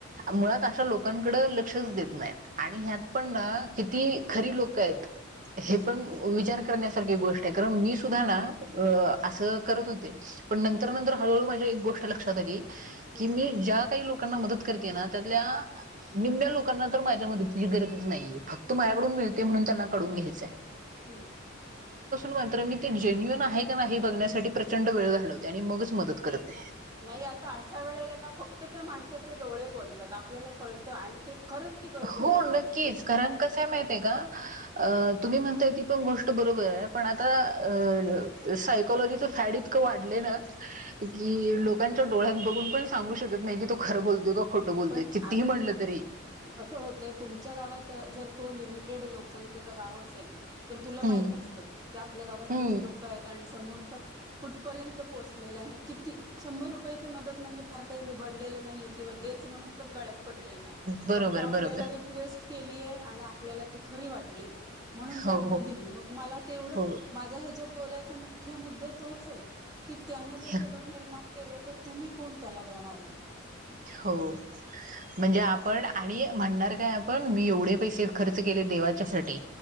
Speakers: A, on the right; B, on the right.
A: मुळात अशा लोकांकडे लक्षच देत नाही आणि ह्यात पण ना किती खरी लोक आहेत. हे
B: हम्म
A: पण विचार करण्यासारखी गोष्ट आहे कारण मी सुद्धा ना अ
B: हम्म
A: असं करत होते. पण नंतर
B: हम्म
A: नंतर हळूहळू माझ्या एक गोष्ट लक्षात आली.
B: हम्म
A: कि मी ज्या काही लोकांना मदत करतेय ना त्यातल्या निम्म्या लोकांना तर माझ्या मदतची गरजच नाही, फक्त माझ्याकडून मिळतय म्हणून त्यांना माझ्या कडून घ्यायचंय आहे.
B: हम
A: मी मात्र मी ते जेन्युन आहे का नाही बघण्यासाठी प्रचंड वेळ घालवते. आणि मगच मदत करते.
B: नाही आता अशा वेळेला ना फक्त त्या माणसाचे डोळे बोलतात. आपल्याला कळतं आणि ते खरंच ती गरज होती
A: हो
B: बाई
A: नक्कीच
B: म्हणजे दिसत
A: कारण
B: होतं
A: कस माहित आहे का तुम्ही म्हणताय ती पण गोष्ट बरोबर आहे. पण आता सायकॉलॉजिच फॅड इतकं वाढलंय ना की लोकांच्या डोळ्यात बघून पण सांगू शकत नाही कि तो खरं बोलतोय का खोट खोटं बोलतोय.
B: पण
A: कितीही
B: आता
A: म्हणलं तरी
B: कसं होतं तुमच्या गावात अ जर तो लिमिटेड लोक संख्येचं गाव असेल. तर तुला माहित
A: हं.
B: असतं की आपल्या गावात
A: हं.
B: किती लोक आहेत. आणि संख्या समोरचा कुठ पर्यंत पोचलेला आहे आणि किती शंभर रुपयाची मदत म्हणजे फार काय लुबाडलेल लुबाडलेल नाहीये. किंवा देच म्हणून पण गळ्यात पडलेलं नाही.
A: बरोबर,
B: फक्त आपल्याला
A: बरोबर.
B: रिक्वेस्ट केलीय आणि आपल्याला ती खरी वाटली. म्हणून त्यामुळे
A: हो,
B: दिली. मग मला तेवढंच
A: हो,
B: माझा ह्यच्यात. बोलाचा मुख्य मुद्दा तोच आहे. की त्यांन जर
A: हो,
B: सगळं निर्माण केलय तर तुम्ही कोण त्याला देणारे
A: हो म्हणजे आपण आणि म्हणणार पण मी एवढे पैसे खर्च केले देवाच्यासाठी.